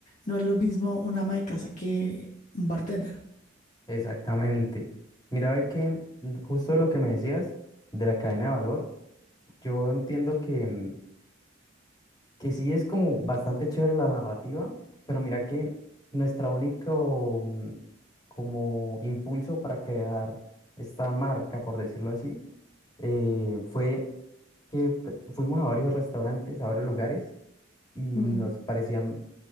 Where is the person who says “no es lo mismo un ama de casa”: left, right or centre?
Left